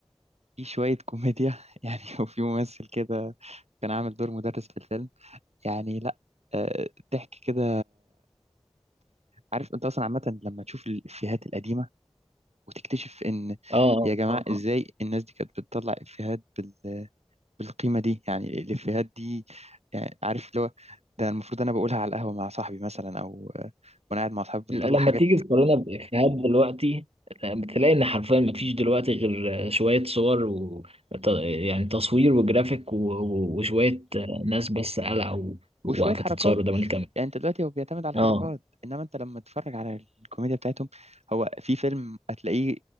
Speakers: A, on the right; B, on the right.
A: فيه شوية كوميديا <laughs> يعني وفي ممثل كده كان عامل دور مدرس في الفيلم يعني لا آه، ضحك كده عارف انت اصلا عامه لما تشوف الافيهات القديمه وتكتشف ان
B: اه
A: يا جماعه
B: اه آه.
A: ازاي
B: آه.
A: الناس دي كانت بتطلع افيهات بال... بالقيمه دي يعني الافيهات دي يعني عارف اللي هو ده المفروض انا بقولها على القهوه مع صاحبي مثلا او آه، وانا قاعد مع صاحبي
B: ل-
A: بنطلع
B: لما
A: حاجات
B: تيجي تقارنها بافيهات دلوقتي بتلاقي ان حرفيا مفيش دلوقتي غير آه، شويه صور و ت- يعني تصوير وجرافيك و- و- وشويه آه، ناس بس قلعوا وواقفه
A: وشويه حركات
B: تتصور قدام الكاميرا
A: يعني انت دلوقتي هو بيعتمد على الحركات
B: اه
A: انما انت لما تتفرج على الكوميديا بتاعتهم هو في فيلم هتلاقيه